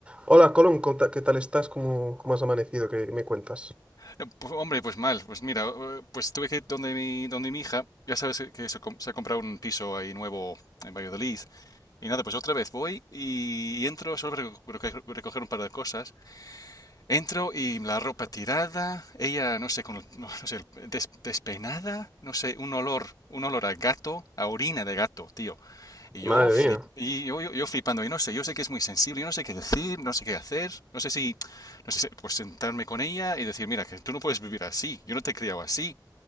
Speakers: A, on the right; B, on the left.
A: Hola, Colón, ¿cómo ta- ¿qué tal estás? ¿Cómo, cómo has amanecido? ¿Qué me cuentas?
B: No, pues, hombre, pues mal. Pues mira, eh, pues tuve que ir donde mi, donde mi hija, ya sabes que se, com- se ha comprado un piso ahí nuevo en Valladolid. Y nada, pues otra vez voy y entro, solo para reco- reco- recoger un par de cosas. Entro y la ropa tirada, ella, no sé, con, el- no, no sé, des- despeinada, no sé, un olor, un olor a gato, a orina de gato, tío. Y
A: Madre
B: yo, flip,
A: mía.
B: y yo, yo, yo flipando, y no sé, yo sé que es muy sensible, yo no sé qué decir, no sé qué hacer, no sé si, no sé si- pues sentarme con ella y decir, mira, que tú no puedes vivir así, yo no te he criado así,